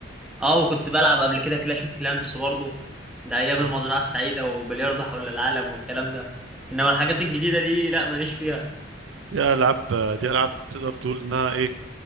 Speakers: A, in the centre; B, on the right (about 80°).
A: اه وكنت بلعب قبل كده كلاش اوف كلانس برضه ده ايام
B: آه.
A: المزرعه السعيده وبلياردو حول العالم والكلام ده انما الحاجات الجديده دي لا ماليش فيها
B: دي العاب دي العاب تقدر تقول انها ايه